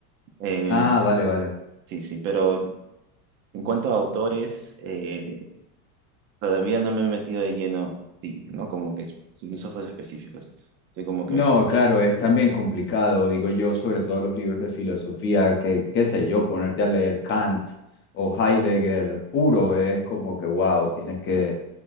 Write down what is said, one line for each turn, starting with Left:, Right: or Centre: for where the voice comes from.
Right: Eh,
Left: Ah, vale, vale.
Right: sí, sí, pero en cuanto a autores, eh, Todavía no me he metido de lleno, sí, ¿no? Como que filósofos específicos. Yo como que,
Left: No, claro, es también complicado, digo yo, sobre todo los libros de filosofía, que, qué sé yo, ponerte a leer Kant o Heidegger puro es como que, wow, tienes que